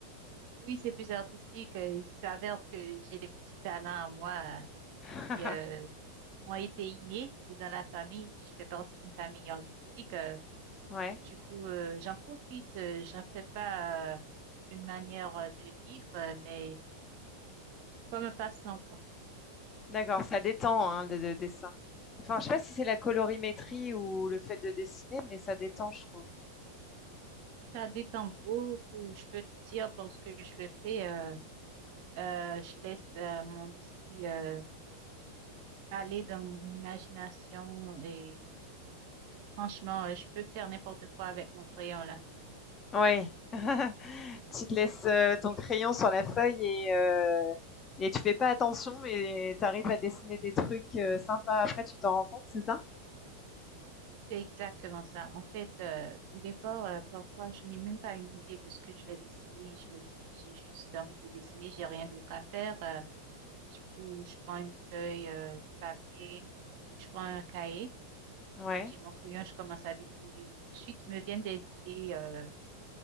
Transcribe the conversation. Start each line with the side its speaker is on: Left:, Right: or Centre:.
Right: Oui, c'est plus artistique. Euh, il s'avère que j'ai des petits talents à moi euh,
Left: <laughs>
Right: qui euh, ont été innés. C'est dans la famille. Je fais partie d'une famille artistique. euh,
Left: Ouais,
Right: du coup, euh, j'en profite. Euh, j'en fais pas euh, une manière euh, de vivre, euh, mais comme un passe-temps, quoi.
Left: d'accord, ça détend, hein, le le dessin. Enfin, je sais pas si c'est la colorimétrie ou le fait de dessiner, mais ça détend, je trouve.
Right: Ça détend beaucoup, je peux te dire, parce que je le fais, euh, euh, je laisse euh, mon esprit euh, aller dans mon imagination et franchement, euh, je peux faire n'importe quoi avec mon crayon là.
Left: Oui. <laughs> Tu te laisses, heu, ton crayon sur la feuille et heu et tu fais pas attention et tu arrives à dessiner des trucs, heu, sympas après, tu t'en rends compte, c'est ça?
Right: C'est exactement ça. En fait, euh, au départ, euh, parfois, je n'ai même pas une idée de ce que je vais dessiner. Je me dis, j'ai juste envie de dessiner, j'ai rien d'autre à faire. Euh, du coup, je prends une feuille euh, de papier ou je prends un cahier,
Left: Ouais,
Right: j'ai mon crayon, je commence à dessiner. Tout de suite, me viennent des idées. euh,